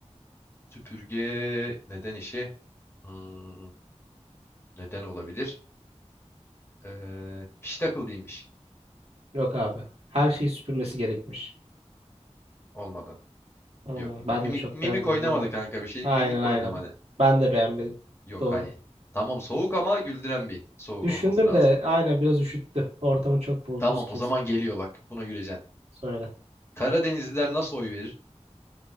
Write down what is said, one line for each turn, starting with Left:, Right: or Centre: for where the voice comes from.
Left: Süpürge neden işi? Hmm, neden olabilir? Ee, piştakıl değilmiş.
Right: Yok abi. Her şeyi süpürmesi gerekmiş.
Left: Olmadı.
Right: Hmm,
Left: Yok. Mimik,
Right: ben de çok
Left: mimik
Right: beğenmedim
Left: oynamadı
Right: ama.
Left: kanka bir şey.
Right: Aynen
Left: Mimik
Right: aynen.
Left: oynamadı.
Right: Ben de beğenmedim.
Left: Yok
Right: Doğru.
Left: hani. Tamam soğuk ama güldüren bir soğuk
Right: Düşündüm
Left: olması lazım.
Right: de aynen biraz üşüttü. Ortamı çok buz,
Left: Tamam
Right: buz kesti.
Left: o zaman geliyor bak. Buna güleceksin.
Right: Söyle.
Left: Karadenizliler nasıl oy verir?